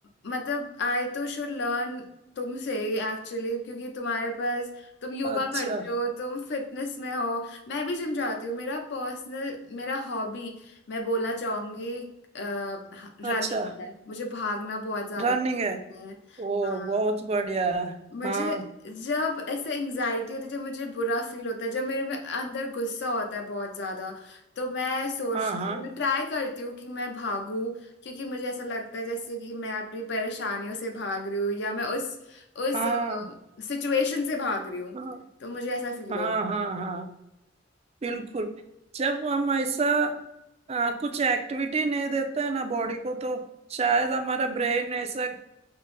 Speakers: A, on the left; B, on the right.
A: मतलब आई तो शुड लर्न तुमसे ही एक्चुअली क्योंकि तुम्हारे पास तुम योगा
B: अच्छा
A: करते हो तुम फिटनेस में हो मैं भी जिम जाती हूँ मेरा पर्सनल मेरा हॉबी मैं बोलना चाहूंगी रनिंग
B: अच्छा
A: है मुझे भागना बहुत ज्यादा
B: रनिंग
A: पसंद
B: है
A: है
B: ओ
A: हाँ
B: बहुत बढ़िया है
A: मुझे
B: हाँ
A: जब ऐसे एंजाइटी होती है जब मुझे बुरा फील होता है जब मेरे में अंदर गुस्सा होता है बहुत ज्यादा तो मैं सोचती
B: हाँ हाँ
A: हूँ मैं ट्राई करती हूँ कि मैं भागूं क्योंकि मुझे ऐसा लगता है जैसे कि मैं अपनी परेशानियों से भाग रही हूँ या मैं उस उस
B: हाँ
A: सिचुएशन से भाग रही हूँ
B: हाँ
A: तो मुझे ऐसा फील
B: हाँ
A: होता
B: हाँ
A: है
B: हाँ बिल्कुल जब हम ऐसा आ, कुछ एक्टिविटी नहीं देते हैं ना बॉडी को तो शायद हमारा ब्रेन ऐसा